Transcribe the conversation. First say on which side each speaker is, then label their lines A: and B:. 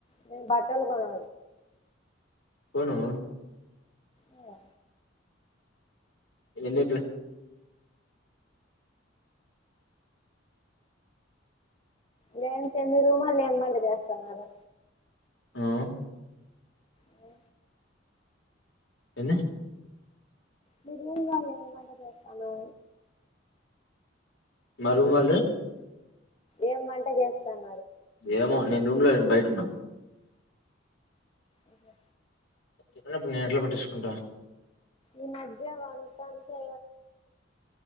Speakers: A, on the left (about 30°); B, on the left (about 80°).
A: నేను బట్టలు కొని
B: కొను
A: ఆఓ
B: ఎన్నికులు
A: లే చెమి రూమాలు లేమ్మంట చేస్తున్నారు
B: ఉమ్
A: ఆఓ
B: ఎన్న
A: మీరుగు వాళ ఏమంట చేస్తాను
B: మారు వా
A: ఏం పంట చేస్తాను
B: ఏమో నేను రూమ్ లో నను బయట ఉన్నాను
A: అఓ
B: తన్నన్నప్పుడు నేను ఎట్లా పట్టించుకుంటా
A: ఈ మధ్య వయి పోనప్పటి